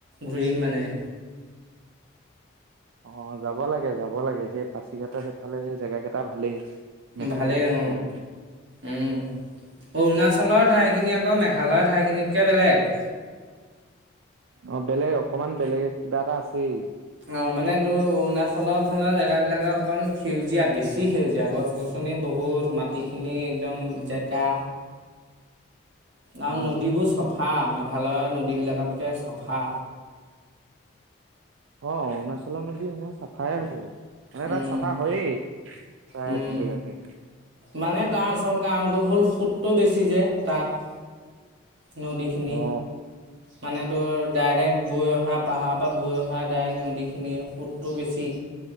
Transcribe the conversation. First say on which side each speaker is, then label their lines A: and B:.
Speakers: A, on the right; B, on the right.
A: ঘূৰিম মানে।
B: অ যাব লাগে যাব লাগে, সেই পাচিঘাটৰ সেইফালে সেই জেগা কেইটা ভালেই। মেচজ
A: ভালেই অঁ।
B: পেব।
A: উম। অৰুণাচলৰ ঠাইখিনি আকৌ মেঘালয়ৰ ঠাইখিনিতকে বেলেগ।
B: অ বেলেগ অকমান বেলেগে কিবা এটা আছেই।
A: অ মানে তোৰ অৰুণাচলৰ ফালৰ জেগাবিলাকৰ অকমান সেউজীয়া বেছি, সেউজীয়া গছ গছনি বহুত মাটিখিনি একদম জেকা আৰু
B: উম।
A: নদীবোৰ চফা আমে ভালৰ নদীবিলাকতকৈ চাফা।
B: অ অৰুণাচলৰ নদী এনেও চাফাই হব। মানে
A: উম,
B: তাত চাফা হয়েই, প্ৰায়
A: উম।
B: জেগাতে।
A: মানে তাৰ আচল কাৰণটো হ'ল সোতটো বেছি যে তাত। নদিখিনি
B: অ
A: মানেতো, ডাইৰেক্ট বৈ অহা পাহাৰৰ পৰা বৈ অহা ডাইৰেক্ট নদীখিনিয়ে সোতটো বেছি।